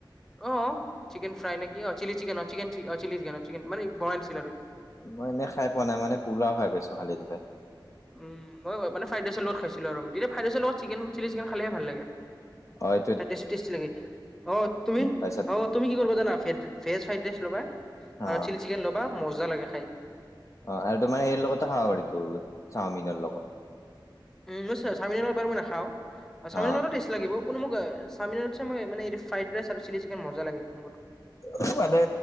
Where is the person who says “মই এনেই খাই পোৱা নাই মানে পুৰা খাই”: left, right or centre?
Left